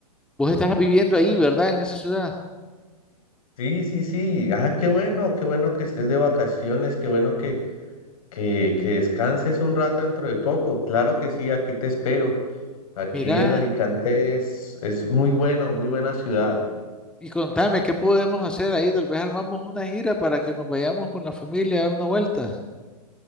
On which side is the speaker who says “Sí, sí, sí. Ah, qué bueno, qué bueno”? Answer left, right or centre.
Left